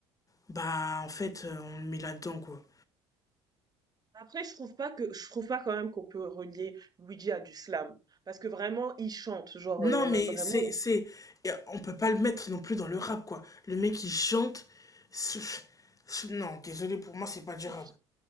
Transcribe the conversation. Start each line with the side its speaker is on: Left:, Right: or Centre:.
Left: bah en fait, euh, on le met là-dedans quoi.
Right: Après, je trouve pas que, je trouve pas quand même qu'on peut relier Luigi à du slam. Parce que vraiment, il chante, genre,
Left: Non,
Right: euh,
Left: mais
Right: vraiment,
Left: c'est, c'est, et on peut pas le mettre non plus dans le rap quoi. Le mec il chante, c'est- c'est- non, désolé pour moi, c'est pas du
Right: il,
Left: rap.